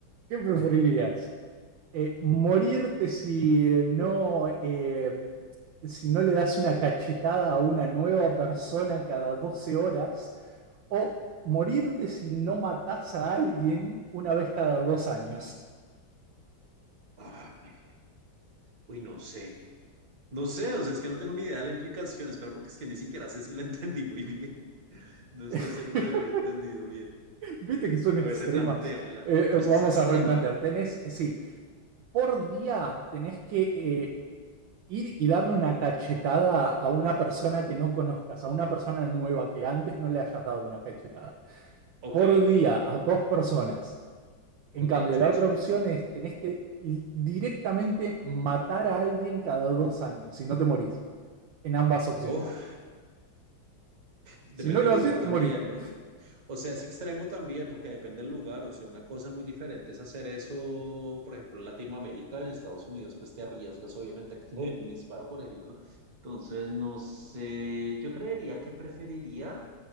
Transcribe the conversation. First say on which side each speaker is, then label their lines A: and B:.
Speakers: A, on the right (about 75°); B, on the right (about 50°).
A: ¿Qué preferirías? eh, morirte si eh, no, eh, si no le das una cachetada a una nueva persona cada 12 horas, o morirte si no matas a alguien una vez cada dos años.
B: Ay, uy, no sé. No sé, o sea, es que no tengo ni idea de la implicación, espera, porque es que ni siquiera sé si la <laughs> entendí muy bien. <laughs> No estoy
A: <laughs>
B: seguro de haber entendido bien.
A: Viste que son extremas.
B: A ver, replantéamela.
A: Eh,
B: Eh, Pero
A: eh, vamos
B: es que es extrema.
A: a replantear. Tenés, eh, sí, por día tenés que eh, eh, ir y darle una cachetada a una persona que no conozcas, a una persona nueva que antes no le hayas dado una cachetada.
B: Ok,
A: Por día a dos personas. En
B: por
A: cambio,
B: día dos
A: la
B: personas.
A: otra opción es tenés que directamente matar a alguien cada dos años, si no te morís, en ambas opciones.
B: Oh, depende
A: Si no lo
B: del lugar
A: haces, te
B: también,
A: moriste.
B: ¿no? O sea, es extremo también porque depende del lugar. O sea, una cosa muy diferente es hacer eso, por ejemplo, en Latinoamérica, en Estados Unidos, pues te arriesgas obviamente a que te den un disparo, por ejemplo. Entonces, no sé, yo creería que preferiría